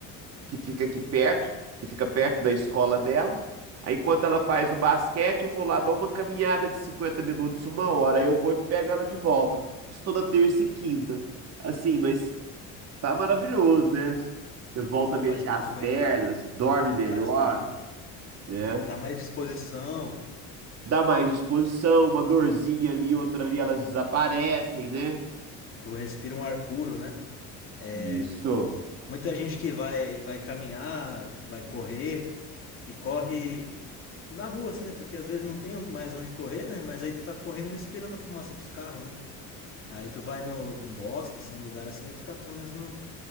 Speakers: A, on the right; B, on the left.
A: que fica aqui perto, que fica perto da escola dela. Aí, enquanto ela faz o basquete, eu vou lá, dou uma caminhada de 50 minutos, uma hora. Aí eu vou e pego ela de volta. Isso toda terça e quinta. Assim, mas tá maravilhoso, né? Você volta
B: Não,
A: a mexer
B: faz muito
A: as
B: bem.
A: pernas, dorme melhor,
B: Faz bem.
A: né?
B: Dá mais disposição.
A: Dá mais disposição, uma dorzinha ali, outra ali, elas desaparecem, né?
B: Tu respira um ar puro, né? É,
A: Isso.
B: muita gente que vai, vai caminhar, vai correr e corre na rua, assim, né? Porque às vezes não tem mais onde correr, né? Mas aí tu tá correndo respirando a fumaça dos carros, né? Aí tu vai no, num bosque, assim, um lugar assim, aí tu tá pelo menos no,